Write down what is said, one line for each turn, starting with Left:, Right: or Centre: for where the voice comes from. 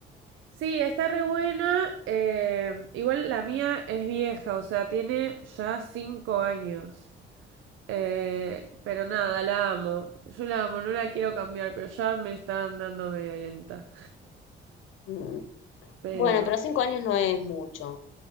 Right: Sí, está re buena. eh, igual la mía es vieja, o sea, tiene ya cinco años. Eh, pero nada, la amo. Yo la amo, no la quiero cambiar, pero ya me está dando medio lenta.
Left: Mm.
Right: Pero...
Left: Bueno, pero cinco años no es mucho.